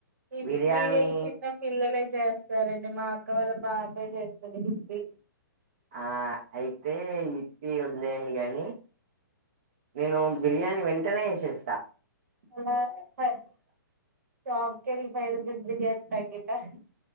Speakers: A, on the right; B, on the right.
A: ఇప్పి
B: బిర్యానీ
A: ఐ చిన్నపిల్లలై. చేస్తారండి, మా అక్క వాళ్ళ పాపే జేస్తది ఇప్పి.
B: ఆ అయితే ఇప్పి వదిలేయండి గనీ, నేను బిర్యానీ వెంటనే ఏసేస్తా.
A: ఎలా అంటే ఫై రు షాప్ కెళ్ళి ఫై రూపీస్ బిర్యా తగిద్దాస్